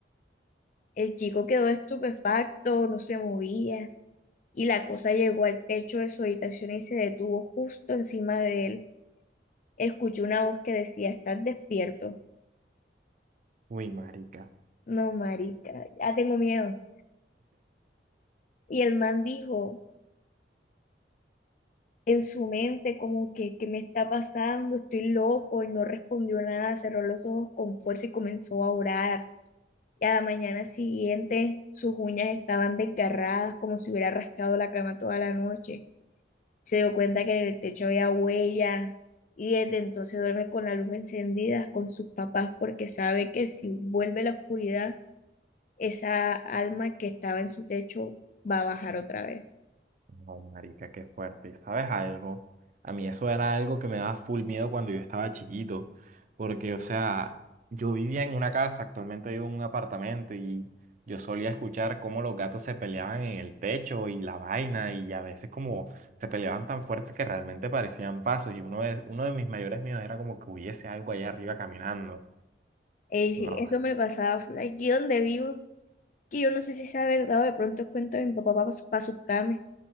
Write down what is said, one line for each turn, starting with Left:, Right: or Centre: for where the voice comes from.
Left: El chico quedó estupefacto, no se movía, y la cosa llegó al techo de su habitación y se detuvo justo encima de él. Escuchó una voz que decía, ¿estás despierto?
Right: Uy, marica.
Left: No, marica, ya tengo miedo. Y el man dijo en su mente como que, ¿qué me está pasando? Estoy loco y no respondió nada, cerró los ojos con fuerza y comenzó a orar. Y a la mañana siguiente sus uñas estaban desgarradas como si hubiera rascado la cama toda la noche. Se dio cuenta que en el techo había huella y desde entonces duerme con la luz encendida con sus papás porque sabe que si vuelve la oscuridad, esa alma que estaba en su techo va a bajar otra vez.
Right: No, marica, qué fuerte. ¿Y ¿Sabes algo? A mí eso era algo que me daba full miedo cuando yo estaba chiquito, porque, o sea, yo vivía en una casa, actualmente vivo en un apartamento y yo solía escuchar cómo los gatos se peleaban en el techo y la vaina y a veces como se peleaban tan fuerte que realmente parecían pasos y uno de, uno de mis mayores miedos era como que hubiese algo allá arriba caminando.
Left: E dice,
Right: No,
Left: eso me pasaba full aquí donde vivo, que yo no sé si sea verdad o de pronto es cuento de mi papá para pa pa asustarme,